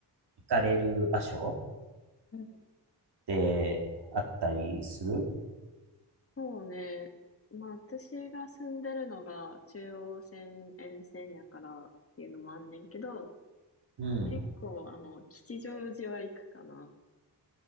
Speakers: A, on the right; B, on the left.
A: 行かれる場所
B: ん。
A: ってあったりする
B: そうね。まあ、私が住んでるのが中央線沿線やからっていうのもあんねんけど、
A: うん。
B: 結構、あの、吉祥寺は行くかな。